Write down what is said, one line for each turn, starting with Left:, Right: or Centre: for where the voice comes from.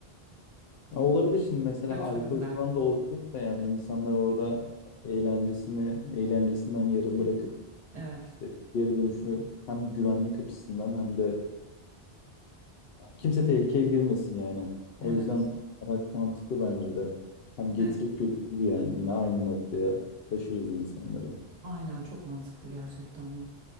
Left: Ha, olabilir şimdi mesela
Right: Götürürler.
Left: alkol falan da olacaksa yani insanlar orada eğlencesini eğlencesinden yarım
Right: Hı
Left: bırakıp
Right: hı. Evet
Left: işte geri dönüşü hem güvenlik açısından hem de Kimse tehlikeye girmesin yani. O
Right: evet.
Left: yüzden araç mantıklı bence de. Hem getirip
Right: E,
Left: götürür yani yine aynı noktaya taşırız insanları.
Right: Aynen çok mantıklı gerçekten bu.